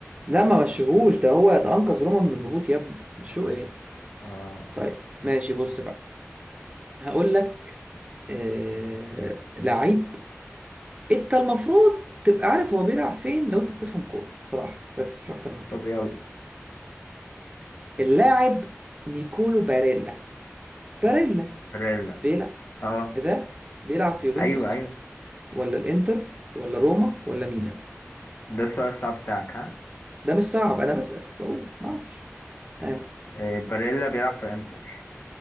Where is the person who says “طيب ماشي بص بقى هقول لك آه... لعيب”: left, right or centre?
Right